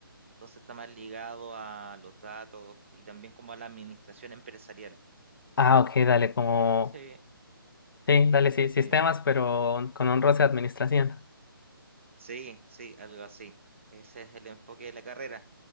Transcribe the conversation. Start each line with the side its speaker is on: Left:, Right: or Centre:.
Right: Entonces está más ligado a los datos y también como a la administración empresarial.
Left: Ah, ok, dale, como...
Right: Sí.
Left: Sí, dale, sí, sistemas,
Right: Eh,
Left: pero con un roce de administración.
Right: sí, sí, algo así. Ese es el enfoque de la carrera.